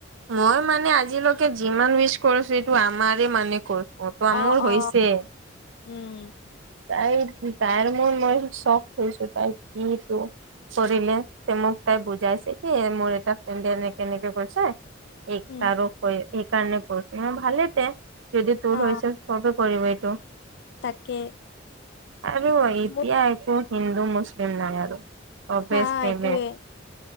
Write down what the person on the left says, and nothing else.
অ অ,
উম।
উম
অ
তাকে।
মোৰ
হা
এইটোয়ে।